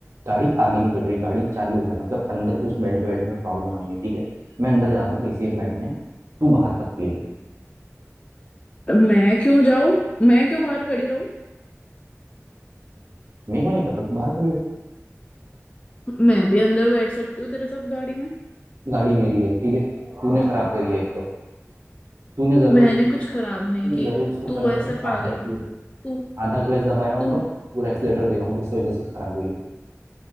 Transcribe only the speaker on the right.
गाड़ी आगे नहीं कट रही गाड़ी चालू है मतलब अंदर कुछ बेल्ट वेल्ट में प्रॉब्लम आई है ठीक है मैं अंदर जा रहा हूँ एसी में बैठने तू बाहर कब रहे
मेरे को नहीं पता तू बाहर खड़ी रहे
गाड़ी मेरी है ठीक है तूने खराब करी है एक तो तूने जरूर
इसको
तूने
जरूर इसको
पर
पता है
आधा एक्सीटर
आधा क्लच दबाया होगा
पूरा एक्सीटर दिया होगा इस वजह से खराब हुई है